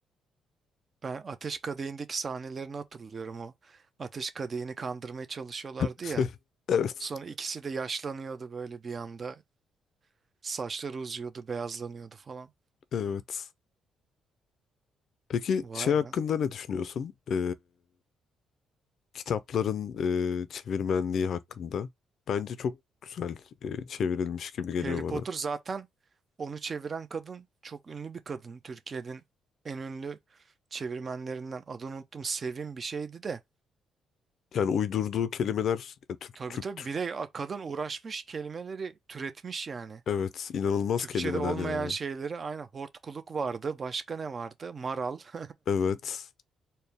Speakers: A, on the right; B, on the left.
A: Ben Ateş Kadehi'ndeki sahnelerini hatırlıyorum o. Ateş Kadehi'ni kandırmaya çalışıyorlardı
B: <laughs>
A: ya.
B: Evet,
A: Sonra ikisi de yaşlanıyordu böyle bir anda. Saçları uzuyordu, beyazlanıyordu falan.
B: evet. Peki
A: Vay
B: şey hakkında
A: be.
B: ne düşünüyorsun? Ee, kitapların e, çevirmenliği hakkında. Bence çok güzel e, çevrilmiş gibi geliyor
A: Harry Potter
B: bana.
A: zaten onu çeviren kadın çok ünlü bir kadın. Türkiye'nin en ünlü çevirmenlerinden adını unuttum. Sevim bir şeydi de.
B: Yani uydurduğu kelimeler ya, Türk,
A: Tabii
B: Türk,
A: tabii
B: Türk.
A: bir de kadın uğraşmış kelimeleri türetmiş yani.
B: Evet, inanılmaz
A: Türkçe'de
B: kelimeler
A: olmayan
B: ya.
A: şeyleri aynı hortkuluk vardı. Başka ne vardı? Maral. <laughs>
B: Evet.